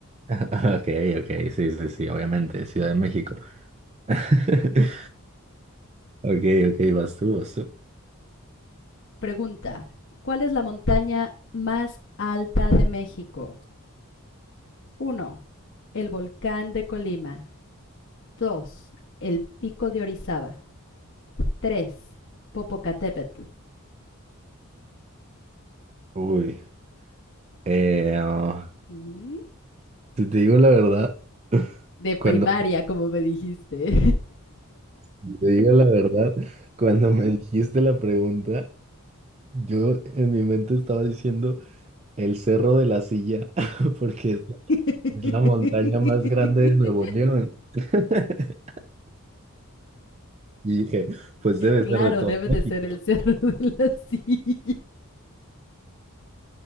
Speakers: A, on the right; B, on the left.
A: Ok, ok, sí, sí, sí, obviamente, Ciudad de México. <laughs> Ok, ok, vas tú, vas tú.
B: Pregunta. ¿Cuál es la montaña más alta de México? Uno, El volcán de Colima. 2, El pico de Orizaba. Tres, Popocatépetl.
A: Uy, eh, ah,
B: ¿Mm?
A: si te digo la verdad, <laughs>
B: De primaria,
A: cuando
B: como me dijiste.
A: si te digo la verdad, cuando me dijiste la pregunta, yo en mi mente estaba diciendo el Cerro de la Silla, <laughs> porque es
B: <laughs>
A: Es la montaña más grande de Nuevo León. <laughs> Y dije, pues debe
B: Claro,
A: ser de todo
B: debe
A: México.
B: de ser el cerro <laughs> de la silla.